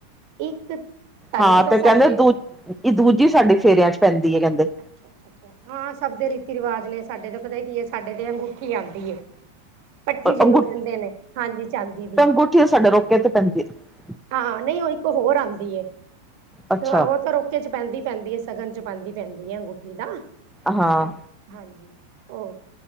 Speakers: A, on the right; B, in the centre.
A: ਇੱਕ ਤਾਂ
B: ਹਾਂ
A: ਨੀ ਪਤਾ
B: ਤੇ
A: ਸਾਡੇ
B: ਕੈਂਦੇ ਦੂ ਏ ਦੂਜੀ ਸਾਡੇ ਫੇਰਿਆਂ ਚ ਪੈਂਦੀ ਐ ਕੈਂਦੇ।
A: ਅੱਛਾ ਹਾਂ ਸਬ ਦੇ ਰੀਤੀ ਰਿਵਾਜ ਨੇ ਸਾਡੇ ਤਾਂ ਪਤਾ ਕੀ ਐ ਸਾਡੇ ਤੇ ਅੰਗੂ ਠੀ ਆਂਦੀ ਏ, ਭੱਠੀ ਜਿਨੂੰ
B: ਅੰਗੂ
A: ਕੈਂਦੇ ਨੇ ਹਾਂਜੀ ਚਾਂਦੀ ਦੀ।
B: ਅੰਗੂਠੀ ਤਾਂ ਸਾਡੇ ਰੋਕੇ ਤੇ ਪੈਂਦੀ ਐ।
A: ਹਾਂ ਨਈਂ ਓ ਇੱਕ ਹੋਰ ਆਂਦੀ ਏ,
B: ਅੱਛਾ
A: ਓ ਤਾਂ ਰੋ ਰੋਕੇ ਚ ਪੈਂਦੀ-ਪੈਂਦੀ ਐ ਸਗਨ ਚ ਪੈਂਦੀ-ਪੈਂਦੀ ਐ ਅੰਗੂਠੀ ਤਾਂ।
B: ਹਾਂ
A: ਹਾਂਜੀ ਓ